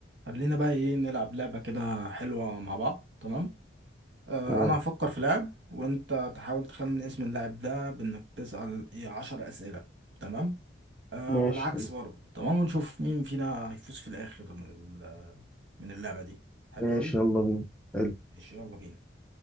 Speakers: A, on the right; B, in the centre.
A: خلينا بقى ايه نلعب لعبة كده حلوة مع بعض تمام آه
B: تمام
A: انا هفكر في لاعب وانت تحاول تخمن اسم اللاعب ده بانك تسأل إيه عشر اسئلة تمام آه
B: ماشي
A: والعكس برضه تمام ونشوف مين فينا هيفوز في الاخر من ال- من اللعبة دي حلوة
B: ماشي
A: اوي
B: يلا بينا حلو
A: ماشي يلا بينا